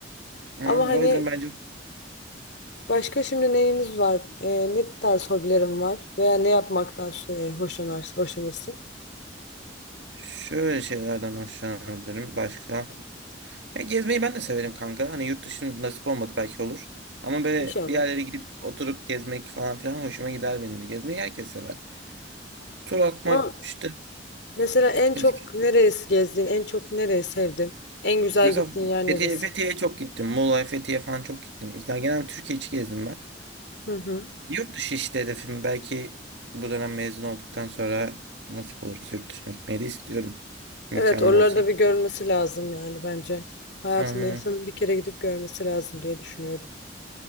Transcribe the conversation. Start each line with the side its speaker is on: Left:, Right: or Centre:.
Right: Aynen.
Left: Ama hani
Right: O yüzden bence
Left: başka şimdi neyiniz var? Ee, ne tarz hobilerim var? Veya ne yapmaktan e, hoşlanarsın, hoşlanırsın?
Right: şöyle şeylerden hoşlanabilirim. Başka? Ya gezmeyi ben de severim kanka. Hani yurt dışının nasip olmadı belki olur. Ama böyle
Left: İnşallah.
Right: bir yerlere gidip oturup gezmek falan filan hoşuma gider benim de. Gezmeyi herkes sever. Tur atmak
Left: Ama
Right: işte
Left: mesela en
Right: eski.
Left: çok neresi gezdin? En çok nereyi sevdin? En güzel
Right: Mesela
Left: gittiğin yer
Right: Fethiye,
Left: neresi?
Right: Fethiye'ye çok gittim. Muğla, Fethiye falan çok gittim. İşte genel Türkiye içi gezdim ben.
Left: Hı hı.
Right: Yurt dışı işte hedefim belki bu dönem mezun olduktan sonra nasip olursa yurt dışına gitmeyi de istiyorum. İmkanım
Left: Evet, oraları
Right: olsa.
Left: da bir görmesi lazım yani bence. Hayatında
Right: Aa,
Left: insanın bir kere gidip görmesi lazım diye düşünüyorum.